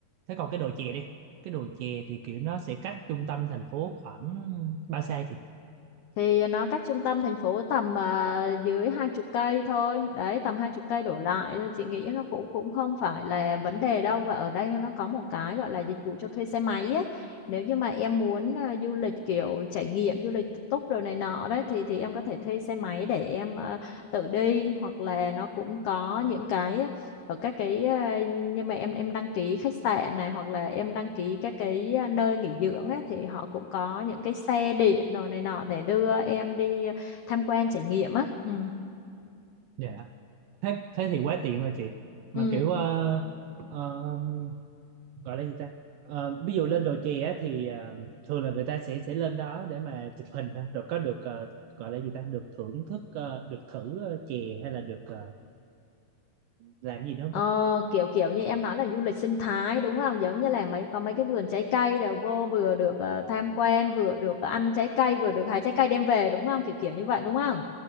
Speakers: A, on the right; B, on the left.
A: thế còn cái đồ chè đi cái đồ chè thì kiểu nó sẽ cách trung tâm thành phố khoảng ba sao chị
B: Thì nó cách trung tâm thành phố tầm à, dưới hai chục cây thôi. Đấy, tầm hai chục cây đổ lại. Thôi Chị nghĩ nó cũng cũng không phải là vấn đề đâu. Và ở đây nó có một cái gọi là dịch vụ cho thuê xe máy ấy. Nếu như mà em muốn à, du lịch kiểu trải nghiệm, du lịch tự túc rồi này nọ đấy, thì thì em có thể thuê xe máy để em à, tự đi. Hoặc là nó cũng có những cái ở các cái à, nhưng mà em em đăng ký khách sạn này hoặc là em đăng ký các cái à, nơi nghỉ dưỡng ấy, thì họ cũng có những cái xe điện đồ này nọ để đưa em đi tham quan trải nghiệm á ừ
A: Dạ. thế thế thì quá tiện rồi chị
B: ừ
A: mà kiểu ờ, ờ, gọi là gì ta Ờ, ví dụ lên đồ chè á, thì ờ, thường là người ta sẽ sẽ lên đó để mà chụp hình ha, rồi có được ờ, gọi là gì ta được thưởng thức ờ, được thử ờ, chè hay là được ờ, làm gì nữa không
B: Ờ,
A: ta
B: kiểu kiểu như em nói là du lịch sinh thái đúng không? Giống như là mấy có mấy cái vườn trái cây rồi vô vừa được ờ, tham quan, vừa được ăn trái cây, vừa được hái trái cây đem về đúng không? Kiểu kiểu như vậy đúng không?